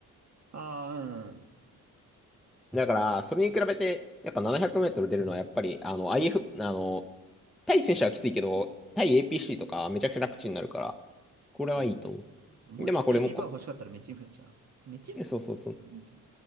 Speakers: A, on the right; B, in the centre.
A: あ
B: だから、それに比べて、やっぱ700メートル出るのは、やっぱり、あの、IF、あの、対戦車はきついけど、対 APC とかめちゃくちゃ楽ちんになるから、これはいいと思
A: うん。うん。うん。もうちょっと
B: う。で、まあこれもこ、
A: AP パワー欲しかったらメチンフだしな。メチン
B: ねそうそうそう。
A: フ、う